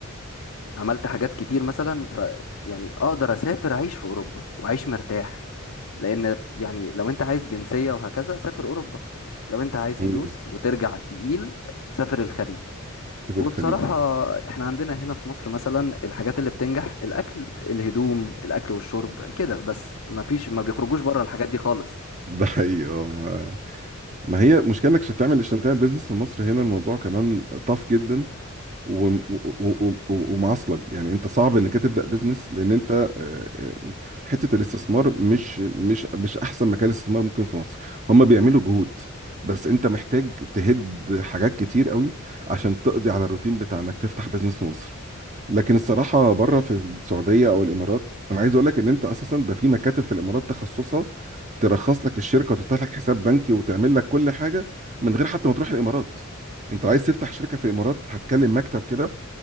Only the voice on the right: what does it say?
مم.
في
الخليج يعني.
ده حقيقي آه، ما ما هي مشكلة انك عشان تعمل عشان تعمل بيزنس في مصر هنا الموضوع كمان طاف جدا و- و- و- و- ومعصلك يعني انت صعب انك تبدا بيزنس لان انت آه، آه، حته الاستثمار مش مش مش احسن مكان استثمار ممكن في مصر هم بيعملوا جهود بس انت محتاج تهد حاجات كتير قوي عشان تقضي على الروتين بتاع انك تفتح بيزنس في مصر لكن الصراحه بره في السعوديه او الامارات انا عايز اقول لك ان انت اساسا ده في مكاتب في الامارات تخصصها ترخص لك الشركه وتفتح لك حساب بنكي وتعمل لك كل حاجه من غير حتى ما تروح الامارات انت عايز تفتح شركه في الامارات هتكلم مكتب كده